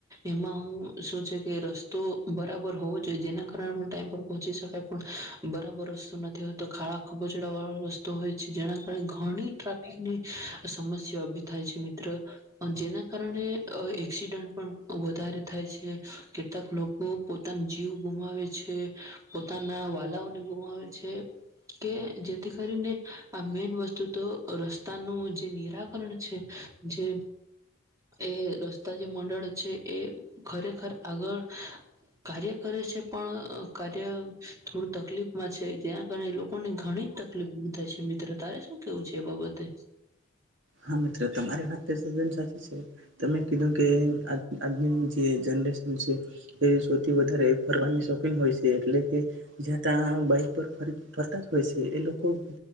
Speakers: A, on the right (about 15°); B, on the right (about 60°).
A: એમાં હું શું છે કે રસ્તો બરાબર હોવો. જો જે કાર ટાઈમ પર પહોંચી શકાય પણ બરાબર રસ્તો નથી હો તો ખાડા ખુબચડા વાળ રસ્તો હોય છે જેના કારણે ઘણી ટ્રાફિકની સમસ્યા ઉભી થાય છે મિત્ર જેના કારણે એક્સિડન્ટ પણ વધારે થાય છે કેટલાક લોકો પોતાની. જીવ ગુમાવે છે પોતાના વાલાઓને ગુમાવે છે કે જેથી કરીને આ મેન વસ્તુ તો રસ્તાનું જે નિરાકરણ છે જે એ રસ્તા જે મંડળ છે એ ખરેખર આગળ કાર્ય. કરે છે પણ કાર્ય થોડું તકલીફમાં છે જેના કારણે એ લોકોને ઘણી જ તકલીફ ઉભી થાય છે મિત્ર તારે શું કેવું છે એ બાબતે.
B: હા મિત્ર તમારી વાત તદ્દન સાચી છે. તમે કીધું કે આજની જે જનરેશન છે એ સૌથી વધારે ફરવાની શોખીન હોય છે એટલે કે જ્યા ત્યા બાઈક પર ફરતા જ હોય છે એ લોકો મ